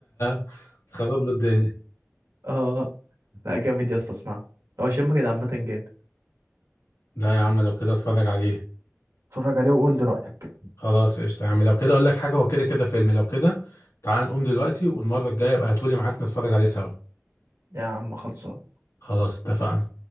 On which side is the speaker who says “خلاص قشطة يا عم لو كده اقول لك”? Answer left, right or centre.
Left